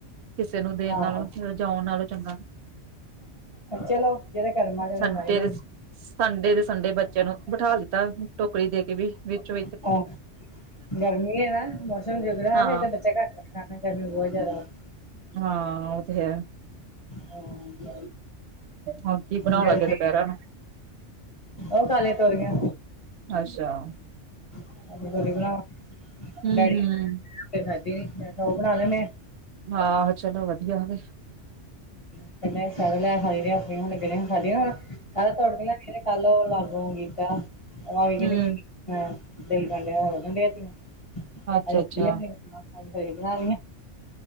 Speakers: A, on the right; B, on the left.
A: ਕਿਸੇ ਨੂੰ ਦੇਣ
B: ਆਹੋ
A: ਨਾਲੋਂ ਫਿਰ ਰਜਉਣ ਨਾਲੋਂ ਚੰਗਾ
B: ਚਲੋ ਜਿਹੜੇ ਕਰਮਾਂ ਚ ਹੈ, ਉਹਨੇ
A: ਸੰਡੇ
B: ਖਾਈ ਲੈਣੀ
A: ਦੇ ਸੰਡੇ ਦੇ ਸੰਡੇ ਬੱਚਿਆਂ ਨੂੰ ਬਿਠਾ ਦਿੱਤਾ ਟੋਕਰੀ ਦੇ ਕੇ ਬਈ, ਵੇਚੋ
B: ਹਹ ਗਰਮੀ ਹੈ ਨਾ ਮੌਸਮ ਜੁਗ ਰਿਹਾ
A: ਹਾਂ
B: ਹੈ ਫਿਰ ਤਾਂ ਬੱਚੇ ਘੱਟ ਐ ਸ਼ਾਮ ਨੂੰ ਗਰਮੀ ਬਹੁਤ ਜ਼ਿਆਦਾ ਵੈ
A: ਹਾਂ ਉਹ ਤੇ ਹੈ।
B: ਹਾਂ!
A: ਹੁਣ ਕੀ ਬਣਾਉਣ
B: ਗਰਮੀ
A: ਲੱਗੇ ਦੁਪਹਿਰਾ ਨੂੰ
B: ਉਹ ਖਾ ਲਏ ਤੋਰੀਆਂ
A: ਅੱਛਾ
B: <inaudible>
A: ਹੂੰ-ਹੂੰ, ਹਾਂ, ਚਲੋ ਵਧੀਆ ਵੇ
B: <inaudible> <inaudible>
A: ਹੂੰ,
B: <unintelligible>
A: ਅੱਛਾ-ਅੱਛਾ।